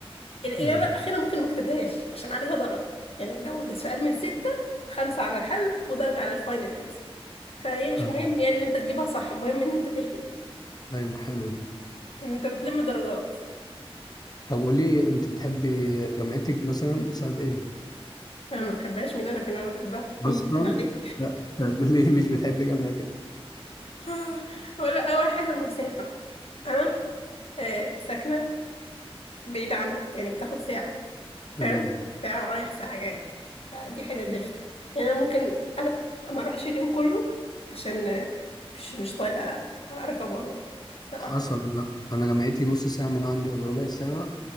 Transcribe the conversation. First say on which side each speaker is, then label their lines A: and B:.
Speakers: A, on the left (about 70°); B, on the left (about 40°).
A: الإجابة
B: ايوه
A: الأخيرة ممكن ما اكتبهاش عشان عليها درجة يعني لو السؤال من ستة خمسة على الحل ودرجة على الفاينل أنسر فهي مش
B: آه،
A: مهم يعني إن أنت تجيبها صح المهم إن أنت تهبط
B: ايوه حلو دي
A: إن أنت بتلم درجات
B: طب قولي انت بتحبي جامعتك مثلا بسبب ايه
A: أنا ما بحبهاش مين أنا كان أنا بحبها مين
B: اصلا
A: كتب عليك
B: لا طب ليه مش بتحبي جامعتك
A: آه، <sighs> ولا أول حاجة المسافة أنا آه ساكنة بعيدة عنها يعني بتاخد ساعة
B: تمام
A: فاهم ساعة رايح ساعة جاي فدي حاجة زفت يعني أنا ممكن أ- ما أروحش اليوم كله عشان آه، مش مش طايقة أركب وأروح الصراحة
B: حصل
A: يعني.
B: انا أنا جامعتي نص ساعه من عندي ولا ربع ساعه